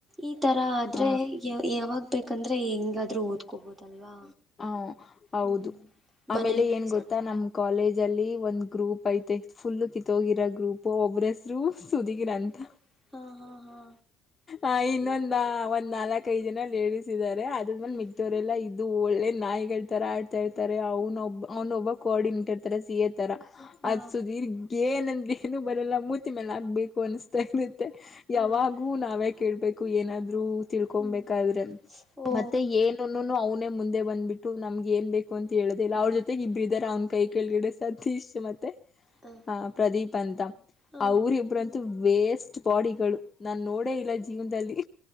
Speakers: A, on the right; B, on the left.
A: ಈ ತರ ಆದ್ರೆ
B: ಹ
A: ಯ ಯಾವಾಗ ಬೇಕಂದ್ರೆ ಹೆಂಗಾದ್ರು ಓದ್ಕೋಬೋದಲ್ವಾ.
B: ಹ ಹೌದು
A: ಹ್ಮ್
B: ಆಮೇಲೆ
A: ಮನೇಲಿ ಒಂದ್
B: ಏನ್
A: ಸ್ವಲ್ಪ
B: ಗೊತ್ತಾ ನಮ್ ಕಾಲೇಜಲ್ಲಿ ಒಂದ್ ಗ್ರೂಪ್ ಐತೆ. ಫುಲ್ ಕಿತ್ತೋಗಿರ ಗ್ರೂಪ್ ಒಬ್ರಸರು ಸುದಿರ
A: ಹ್ಮ್
B: ಅಂತ
A: ಹಾ ಹಾ ಹಾ
B: ಆ ಇನ್ನೊಂದ ಒಂದ್ ನಾಲ್ಕಐದ ಜನ ಲೇಡಿಸ್ ಇದಾರೆ. ಅದ್ರಂದ
A: ಹ್ಮ್
B: ಮಿಕ್ಕದವರೆಲ್ಲ ಇದ್ದ ಇದು ಒಳ್ಳೆ ನಾಯಿಗಳ ತರ ಆಡ್ತಾ ಇರ್ತಾರೆ ಅವನ ಒಬ್ಬ ಅವನ ಒಬ್ಬ ಕೋಆರ್ಡಿನೇಟರ್ ತರ ಸಿ ಎತ್ ಅದ
A: ಹಾ
B: ಸುದೀರ್ಘ ಏನಂದ್ರ ಏನು ಬರಲ್ಲ ಮೂತಿ ಮೇಲೆ ಆಕ್ಬೇಕು ಅನಿಸತಾ ಇರತ್ತೆ. ಯಾವಾಗೂ
A: ಹೌದಾ
B: ನಾವೇ ಕೇಳ್ಬೇಕು ಏನಾದ್ರು. ತಿಳ್ಕೊಬೇಕಾದ್ರೆ
A: ಹ್ಮ್ ಓ
B: ಮತ್ತೆ ಏನನ್ನುನೂ ಅವನೇ ಮುಂದ ಬಂದ್ಬಿಟ್ಟು ನಮ್ಗೆ ಏನ್ ಬೇಕ ಅಂತ ಹೇಳುದ ಇಲ್ಲ
A: ಹೇಳಿದೆ
B: ಅವ್ರ ಜೊತೆಗೆ ಇಬ್ಬ್ರ
A: ಹ್ಮ್
B: ಇದಾರ ಅವ್ನ್ ಕೈ ಕೆಳಗಡೆ ಸತೀಶ ಮತ್ತೆ
A: ಹ
B: ಅ ಪ್ರದೀಪ್ ಅಂತ
A: ಹಾ
B: ಅವರಿಬ್ರಾಂತು ವೇಸ್ಟ್ ಬಾಡಿಗಳು ನಾನ್ ನೋಡೇ ಇಲ್ಲ ಜೀವನದಲ್ಲಿ